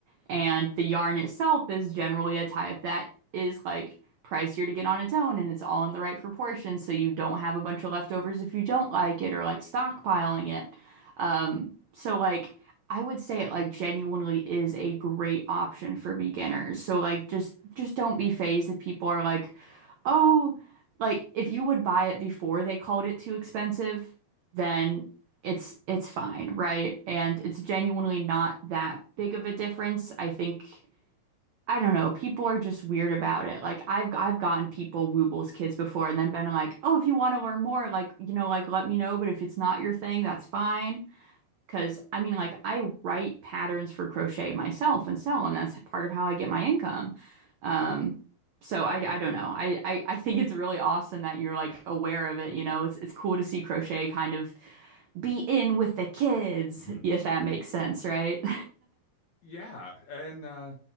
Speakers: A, on the right; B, on the left.
A: And the yarn itself is generally a type that is like pricier to get on its own and it's all in the right proportions so you don't have a bunch of leftovers if you don't like it or like stockpiling it. Um, so like I would say it like genuinely is a great option for beginners. So like just just don't be phased if people are like, "Oh, like if you would buy it before they called it too expensive, then it's it's fine, right? And it's genuinely not that big of a difference. I think I don't know, people are just weird about it. Like I've I've gotten people Woobles kids before and then been like, "Oh, if you want to learn more, like, you know, like let me know, but if it's not your thing, that's fine." Because I mean, like, I write patterns for crochet myself and sell them. That's part of how I get my income. Um, so I, I don't know. I, I, I think it's really awesome that you're like aware of it. You know, it's, it's cool to see crochet kind of be in with the kids,
B: mm.
A: if that makes sense, right?
B: Yeah, and uh,